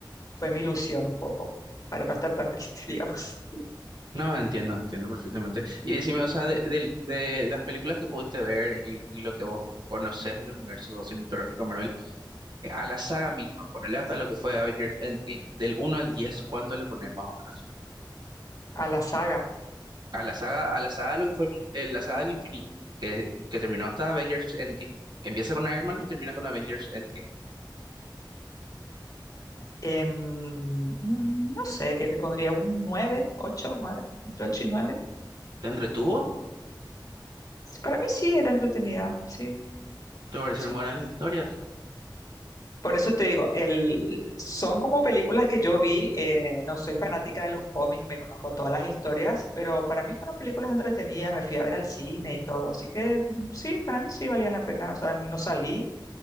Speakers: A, on the left; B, on the right.
A: Fue mi ilusión un poco, para no estar tan triste, <laughs> digamos.
B: No, entiendo, entiendo perfectamente. Y decime, o sea, de, del- de las películas que pudiste ver y, y lo que vos conocés del universo cinematográfico de Marvel, eh, a la saga misma, ponele hasta lo que fue Avengers Endgame, del uno al 10, ¿cuánto le pones más o menos?
A: A la saga,
B: A la saga, a la saga de lo que fue el mul- eh, la saga del infinito, que, que terminó hasta Avengers Endgame, que empieza con Iron Man y termina con Avengers Endgame.
A: em, mm, no sé, que le pondría un 9 8 9 entre 8 y 9.
B: ¿Te entretuvo?
A: Para mí sí era entretenida, sí,
B: ¿Te parecieron
A: sí.
B: buenas las historias?
A: Por eso te digo, el, son como películas que yo vi, eh, no soy fanática de los cómics y me conozco todas las historias, pero para mí fueron películas entretenidas, me fui a ver al cine y todo, así que mm, sí, para mí sí valían la pena, o sea, no salí